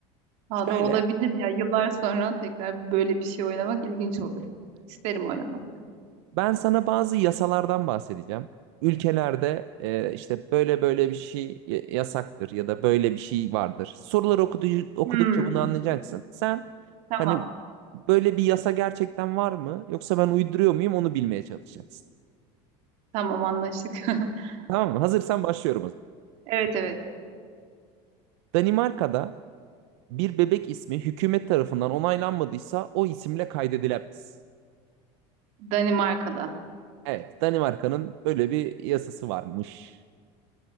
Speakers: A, on the right; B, on the right.
A: Valla
B: Şöyle.
A: olabilir ya. Yıllar sonra tekrar böyle bir şey oynamak ilginç olur. İsterim oynamak.
B: Ben sana bazı yasalardan bahsedeceğim. Ülkelerde e, işte böyle böyle bir şey y- yasaktır ya da böyle bir şey vardır. Soruları okudu, okudukça
A: Hmm.
B: bunu anlayacaksın. Sen
A: Tamam.
B: hani böyle bir yasa gerçekten var mı yoksa ben uyduruyor muyum onu bilmeye çalışacaksın.
A: Tamam anlaştık. <laughs>
B: Tamam mı? Hazırsan başlıyorum o zaman.
A: Evet evet.
B: Danimarka'da bir bebek ismi hükümet tarafından onaylanmadıysa o isimle kaydedilemez.
A: Danimarka'da.
B: Evet, Danimarka'nın böyle bir yasası varmış.